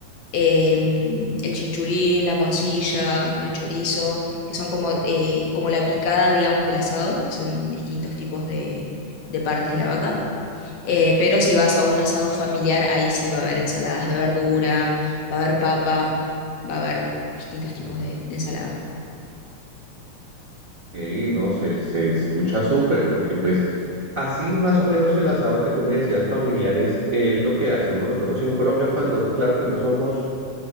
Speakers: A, on the left; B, on the right.
A: em, el chinchulín, la morcilla, el chorizo, que son como, eh, como la picada, digamos, del asado, que son distintos tipos de, de partes de la vaca. Eh, pero si vas a un asado familiar, ahí sí va a haber ensaladas de verdura, va a haber papa, va a haber distintos tipos de, de ensalada.
B: Y no, se, se escucha súper porque pues así más o menos el asado que tú me decías familiares es es lo que hacemos nosotros en Colombia cuando, claro que no somos